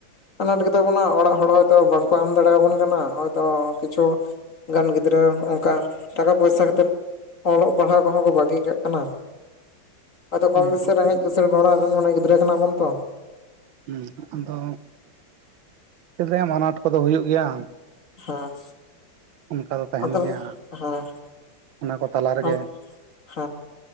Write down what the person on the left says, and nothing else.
ᱟᱱᱟᱴ ᱜᱮᱛᱟ ᱵᱚᱱᱟ ᱚᱲᱟᱜ ᱦᱚᱲ ᱦᱚᱭᱛᱚ ᱵᱟᱝᱠᱚ ᱮᱢ ᱫᱟᱲᱮᱭᱟᱵᱚᱱ ᱠᱟᱱᱟ ᱦᱚᱭᱛᱚ ᱠᱤᱪᱷᱩ ᱜᱟᱱ ᱜᱤᱫ ᱜᱤᱫᱽᱨᱟᱹ ᱚᱱᱠᱟ ᱴᱟᱠᱟ ᱯᱚᱭᱥᱟ ᱠᱷᱟᱹᱛᱤᱨ ᱚᱞᱚᱜ ᱯᱟᱲᱦᱟᱣ ᱠᱚᱦᱚᱸ ᱠᱚ ᱵᱟᱹᱜᱤ ᱠᱟᱜ ᱠᱟᱱᱟ᱾ ᱦᱚᱭᱛᱚ ᱠᱚᱢ
ᱵᱮᱥᱤ ᱨᱮᱜᱮᱡ ᱠᱤᱥᱟᱹᱲ ᱚᱲᱟᱜ ᱨᱮᱱ ᱢᱟᱱᱮ ᱜᱤᱫᱽᱨᱟᱹ ᱦᱮᱱᱟᱜ ᱵᱚᱱᱟ ᱛᱚ ᱾
ᱦᱮᱸ
ᱟᱫᱚ
ᱛᱟᱦᱚᱞᱮ
<inaudible>